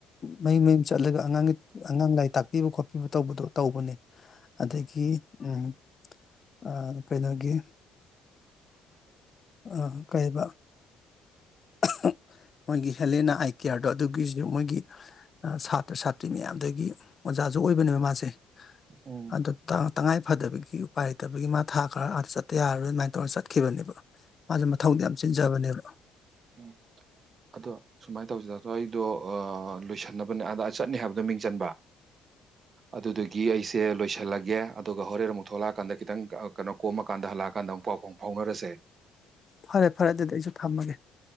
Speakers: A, on the left (about 40°); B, on the right (about 45°).
A: ꯃꯌꯨꯝ ꯃꯌꯨꯝ ꯆꯠꯂꯒ ꯑꯉꯥꯡꯒꯤ ꯑꯉꯥꯡ ꯂꯥꯏꯔꯤꯛ ꯇꯥꯛꯄꯤꯕ ꯈꯣꯠꯄꯤꯕ ꯇꯧꯕꯗꯣ ꯇꯧꯕꯅꯦ ꯑꯗꯒꯤ ꯎꯝ ꯑ ꯀꯩꯅꯣꯒꯤ ꯑ ꯀꯩꯕ ꯑ ꯍꯨꯞ ꯃꯣꯏꯒꯤ ꯍꯦꯂꯦꯅꯥ ꯑꯥꯏ ꯀꯤꯌꯥꯔꯗꯣ ꯑꯗꯨꯒꯤꯖꯨ ꯃꯣꯏꯒꯤ ꯑ ꯁꯥꯇ꯭ꯔ ꯁꯥꯇ꯭ꯔꯤ ꯃꯌꯥꯝꯗꯒꯤ ꯑꯣꯖꯥꯖꯨ ꯑꯣꯏꯕꯅꯦꯕ ꯃꯥꯖꯦ
B: ꯎꯝ
A: ꯑꯗꯨ ꯇ ꯇꯉꯥꯏ ꯐꯗꯕꯒꯤ ꯎꯄꯥꯏ ꯂꯩꯇꯕꯒꯤ ꯃꯥ ꯊꯥ ꯈꯔ ꯑꯥ ꯆꯠꯇ ꯌꯥꯔꯔꯣꯏ ꯑꯗꯨꯃꯥꯏꯅ ꯇꯧꯔ ꯆꯠꯈꯤꯕꯅꯦꯕ ꯃꯥꯁꯦ ꯃꯊꯧꯗꯤ ꯌꯥꯝ ꯆꯤꯟꯖꯕꯅꯦꯕ
B: ꯎꯝ ꯑꯗꯣ ꯁꯨꯃꯥꯏꯅ ꯇꯧꯁꯤ ꯗꯥꯊꯣꯏ ꯑꯩꯗꯣ ꯑꯥ ꯂꯣꯏꯁꯟꯅꯕꯅꯦ ꯑꯗ ꯑꯩ ꯆꯠꯅꯤ ꯍꯥꯏꯕꯗꯣ ꯃꯤꯡ ꯆꯟꯕ ꯑꯗꯨꯗꯒꯤ ꯑꯩꯁꯦ ꯂꯣꯏꯁꯜꯂꯒꯦ ꯑꯗꯨꯒ ꯍꯣꯔꯦꯟ ꯑꯃꯨꯛ ꯊꯣꯛꯂꯛꯑꯀꯥꯟꯗ ꯈꯤꯇꯪ ꯀ ꯑ ꯀꯩꯅꯣ ꯀꯣꯝꯃꯀꯥꯟꯗ ꯍꯜꯂꯛꯑꯀꯥꯟꯗ ꯑꯃꯨꯛ ꯄꯥꯎ ꯐꯥꯎ ꯐꯥꯎꯅꯔꯁꯦ
A: ꯐꯔꯦ ꯐꯔꯦ ꯑꯗꯨꯗꯤ ꯑꯩꯁꯨ ꯊꯝꯃꯒꯦ